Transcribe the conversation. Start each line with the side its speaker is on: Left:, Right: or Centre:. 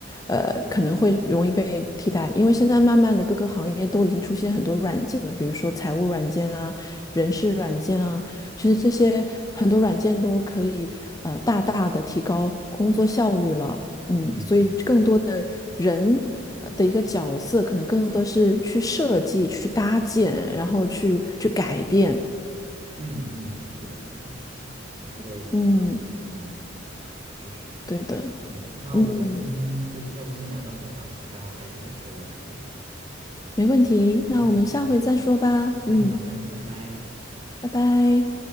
Left: 呃，
Right: 对对对对，
Left: 可能会容易被替代。
Right: 嗯
Left: 因为现在慢慢的各个行业都已经出现很多软件了，比如说财务软件啊、人事软件啊，其实这些很多软件都可以呃大大的提高工作效率了。嗯，
Right: 嗯嗯
Left: 所以更多的人呃的一个角色，可能更多是去设计、去搭建，然后去去改变。
Right: 嗯嗯，是的，是的，是的你说的很对，
Left: 嗯，
Right: 嗯，确实。
Left: 对的，
Right: 嗯，那我们今天就要不先聊到这吧，
Left: 嗯，
Right: 我待会儿还有点事要处理。
Left: 没问题。那我们下回再说吧。
Right: 嗯，好的，
Left: 嗯，
Right: 嗯，好的，拜拜。
Left: 拜拜。